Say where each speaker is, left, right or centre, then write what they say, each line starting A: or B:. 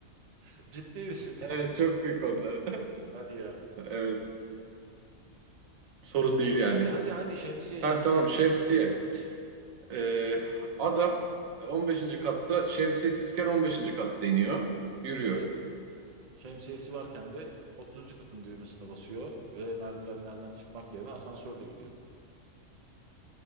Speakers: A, on the right (about 35°); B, on the right (about 70°).
A: <laughs> Ciddi misin?
B: <laughs> Evet, çok büyük onlar.
A: <laughs> Hadi ya.
B: <laughs> Evet. Sorun değil yani.
A: Hadi hadi hadi şemsiye
B: Ha
A: şemsiye
B: tamam şemsiye.
A: düşün bakalım.
B: Ee, adam on beşinci katta şemsiyesizken on beşinci katta iniyor. Yürüyor.
A: Evet. Şemsiyesi varken de 30. katın düğmesine basıyor ve merdivenlerden çıkmak yerine asansörle gidiyor.